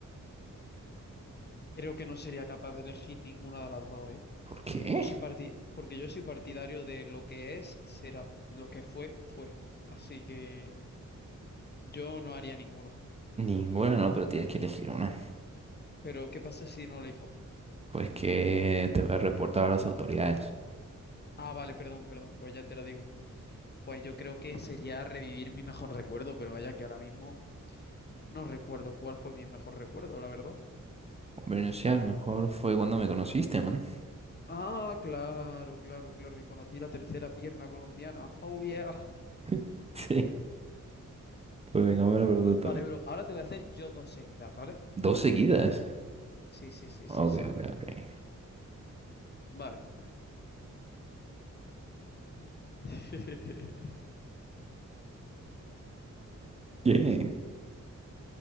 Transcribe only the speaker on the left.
Creo que no sería capaz de elegir ninguna de las dos, ¿eh?
Yo soy parti... Porque yo soy partidario de lo que es, será. Y lo que fue, fue. Así que yo no haría ninguna.
Pero, ¿qué pasa si no elijo?
Ah, vale, perdón, perdón, pues ya te lo digo. Pues yo creo que sería revivir mi mejor recuerdo, pero vaya que ahora mismo no recuerdo cuál fue mi mejor recuerdo, la verdad.
Ah, claro, claro, claro. Y conocí la tercera pierna colombiana. Oh, yeah.
Vale,
bro, ahora te voy a hacer yo dos seguidas, ¿vale?
Sí, sí, sí,
sí, sí.
Vale. <laughs>